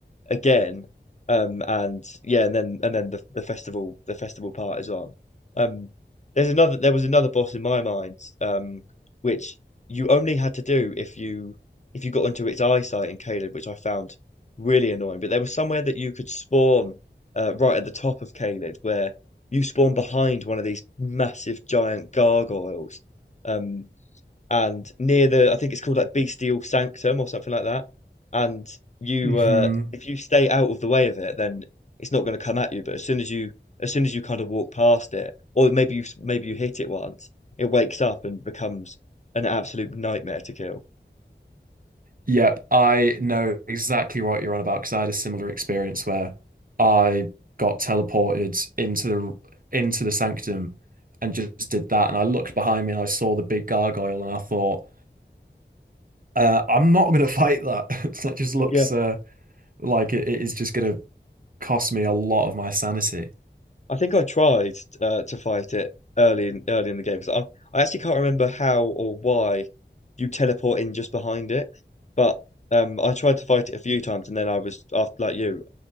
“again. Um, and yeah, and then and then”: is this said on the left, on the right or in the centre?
Left